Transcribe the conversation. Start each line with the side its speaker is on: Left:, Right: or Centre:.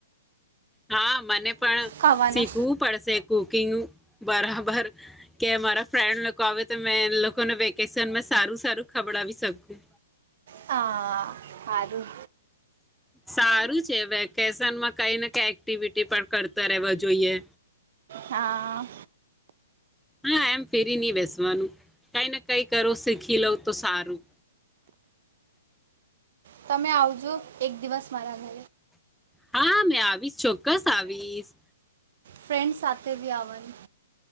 Centre: હા, મને પણ
Right: ખાવાના
Centre: શીખવું પડશે. કુકિંગ બરાબર કે મારા ફ્રેન્ડ લોકો આવે તો મે એન લોકોને વેકેશનમાં સારું સારું ખવડાવી શકું.
Right: હા સારું
Centre: સારું છે વેકેશનમાં કઈ ને કઈ એક્ટિવિટી પણ કરતા રહેવા જોઈએ.
Right: હા
Centre: હા એમ ફેરી નહીં બેસવાનું કાઈને કાઈ કરો શીખી લો તો સારું.
Right: તમે આવજો એક દિવસ મારા ઘર
Centre: હા મેં આવીશ ચોક્ ક્કસ આવીશ.
Right: ફ્રેન્ડસ સાથે બી આવાનું.